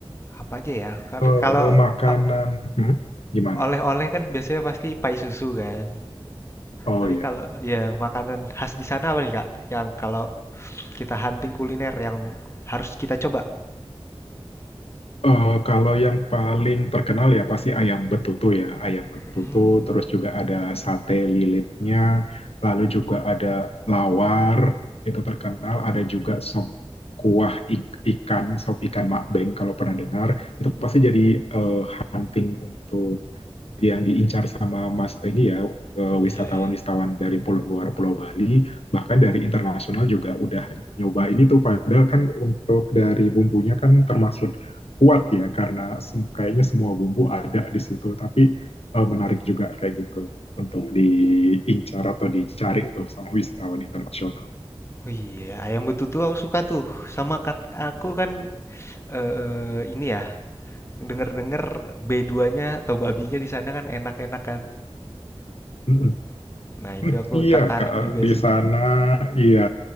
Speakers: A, on the left (about 25°); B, on the left (about 75°).
A: Apa aja ya? Kal
B: Eh,
A: kalau
B: makanan,
A: o
B: hmm, gimana?
A: oleh-oleh kan biasanya pasti pai susu kan.
B: Oh
A: Tapi
B: ya,
A: kalau ya makanan khas di sana apa nih, Kak, yang kalau kita hunting kuliner yang harus kita coba?
B: Eh, kalau yang paling terkenal ya pasti ayam betutu ya, ayam betutu.
A: Hmm
B: Terus juga ada sate lilitnya, lalu juga ada lawar itu terkenal. Ada juga sop kuah ik- ikan, sop ikan makbeng kalau pernah dengar. Itu pasti jadi eh, hunting untuk yang diincar sama Mas ini ya eh, wisatawan-wisatawan
A: iya iya,
B: dari pulau, luar Pulau Bali bahkan dari internasional juga udah nyoba ini tuh padahal kan untuk dari bumbunya kan termasuk kuat ya karena sem- kayaknya semua bumbu ada di situ tapi eh, menarik juga kayak gitu untuk diincar atau dicari tuh sama wisatawan internasional.
A: Oh iya, ayam betutu aku suka tuh. Sama kat aku kan eh ini ya, denger-denger B2-nya atau babinya di sana kan enak-enak kan.
B: Mm-mm. <laughs>
A: Nah,
B: Hmm,
A: itu aku
B: Iya,
A: tertarik
B: Kak, eh,
A: juga
B: di
A: sih.
B: sana iya.